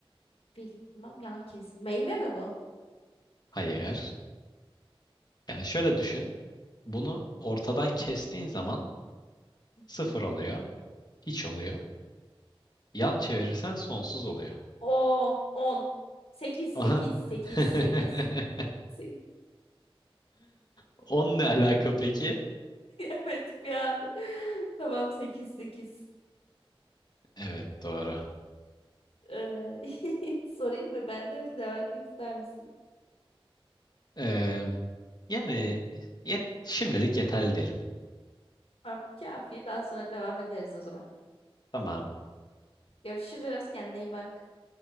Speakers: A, on the left; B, on the left.
A: Bilmem yan kesin. Meyve mi bu?
B: Hayır. Yani şöyle düşün. Bunu ortadan kestiğin zaman
A: Hı-hı.
B: sıfır oluyor, hiç oluyor. Yan çevirirsen sonsuz oluyor.
A: 10, 10. 8, 8,
B: Aha.
A: 8,
B: <laughs>
A: 8. <laughs>
B: Onunla ne alaka peki?
A: Evet bir an. <laughs> Tamam 8, 8.
B: Evet doğru.
A: Ee, <laughs> sorayım mı ben de yoksa devam etmek ister misin?
B: Ee, yani yet- şimdilik yeterli diyelim.
A: Tamam, kafi. Daha sonra devam ederiz o zaman.
B: Tamam.
A: Görüşürüz. Kendine iyi bak.